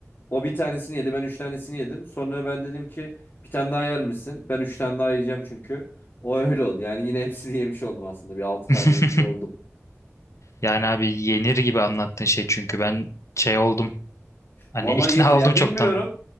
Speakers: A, on the left (about 45°); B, on the left (about 65°).
A: O bir tanesini yedi ben üç tanesini yedim. Sonra ben dedim ki bir tane daha yer misin? Ben üç tane daha yiyeceğim çünkü. O öyle oldu. Yani yine hepsini yemiş oldum aslında. Bir altı tane
B: <laughs>
A: yemiş oldum.
B: Yani abi yenir gibi anlattığın şey çünkü ben şey oldum. Hani
A: Vallahi
B: <laughs> ikna
A: yenir. Ya
B: oldum çoktan.
A: bilmiyorum.